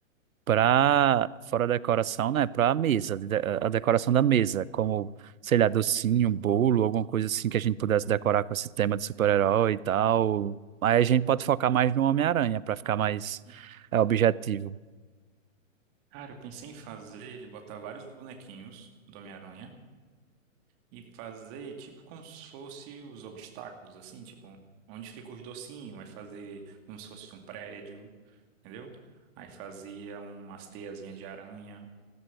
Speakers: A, on the right; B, on the right.
A: para fora da decoração, né? Para a mesa, de- a decoração da mesa, como, sei lá, docinho, um bolo, alguma coisa assim que a gente pudesse decorar com esse tema de super-herói e tal. Aí a gente pode focar mais no Homem-Aranha para ficar mais
B: Hum.
A: é, objetivo.
B: Cara, eu pensei em fazer, botar vários bonequinhos do Homem-Aranha e fazer tipo como se fosse os obstáculos, assim, tipo, onde fica os docinhos, vai fazer como se fosse um prédio. entendeu? Aí fazia umas teiazinhas de aranha